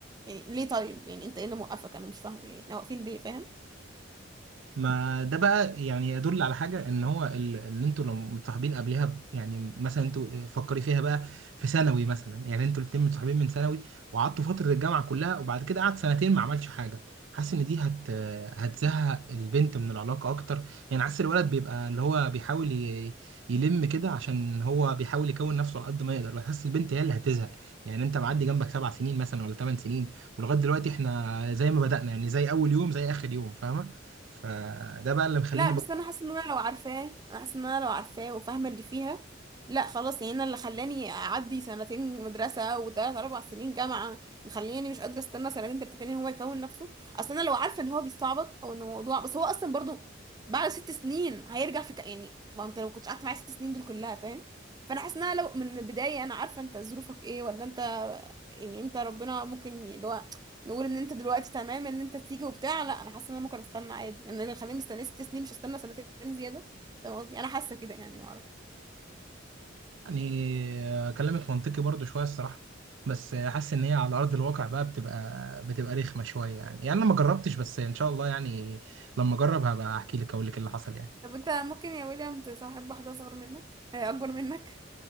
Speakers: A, on the right; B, on the right.
A: يعني ليه طيب يعني انت ايه اللي موقفك انا مش فاهمه يعني احنا واقفين ليه فاهم
B: ما ده بقى يعني يدل على حاجة ان هو ال- اللي انتوا لو متصاحبين قبلها ب- يعني مثلا انتوا فكري فيها بقى في ثانوي مثلا يعني انتوا الاتنين متصاحبين من ثانوي وقعدتوا فترة الجامعة كلها وبعد كده قعد سنتين ما عملش حاجة حاسس ان دي هت هتزهق البنت من العلاقة اكتر يعني حاسس الولد بيبقى اللي هو بيحاول ي- يلم كده عشان هو بيحاول يكون نفسه على قد ما يقدر بحس البنت هي اللي هتزهق يعني انت معدي جنبك سبع سنين مثلا ولا ثمان سنين ولغاية دلوقتي احنا زي ما بدأنا يعني زي اول يوم زي اخر يوم فاهمة فده بقى اللي مخليني
A: لا بس
B: بقول
A: انا حاسه ان انا لو عارفاه انا حاسه ان انا لو عارفاه وفاهمه اللي فيها لا خلاص يعني انا اللي خلاني اعدي سنتين مدرسه وثلاث اربع سنين جامعه مخليني مش قادره استنى سنتين ثلاثه تانيين هو يكون نفسه اصل انا لو عارفه ان هو بيستعبط او ان الموضوع بس هو اصلا برضو بعد ست سنين هيرجع في ك... يعني ما انت لو كنت قعدت معايا ست سنين دول كلها فاهم فانا حاسه ان انا لو من البدايه انا عارفه انت ظروفك ايه ولا انت يعني انت ربنا ممكن نقول ان انت دلوقتي تمام ان انت تيجي وبتاع لا انا حاسه ان انا ممكن استنى عادي يعني انا اللي خليني مستنيه ست سنين مش هستنى سنتين زياده فاهم قصدي انا حاسه كده يعني ما اعرف
B: يعني كلامك منطقي برضو شويه الصراحه بس حاسس ان هي على ارض الواقع بقى بتبقى بتبقى رخمه شويه يعني يعني انا ما جربتش بس ان شاء الله يعني لما اجرب هبقى احكي لك اقول لك اللي حصل يعني
A: طب انت ممكن يا ويليام تصاحب واحده اصغر منك هي اكبر منك